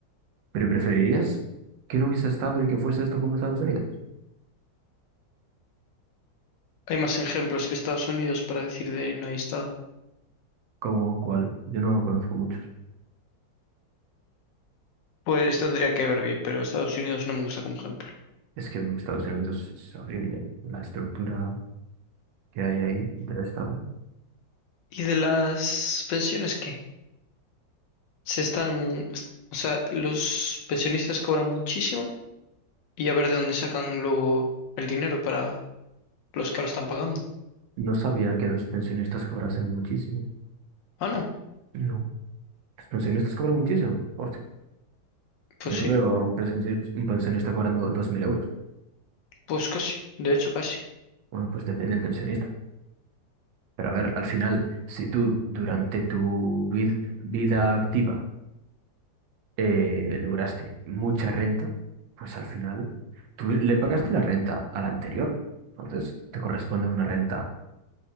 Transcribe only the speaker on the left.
Hay más ejemplos que Estados Unidos para decir de no hay Estado.
Pues tendría que ver bien, pero Estados Unidos no me gusta como ejemplo.
¿Y de las pensiones qué? Se están, o sea, los pensionistas cobran muchísimo y a ver de dónde sacan luego el dinero para los que ahora están pagando.
Ah, no,
pues
sí,
pues casi, de hecho casi.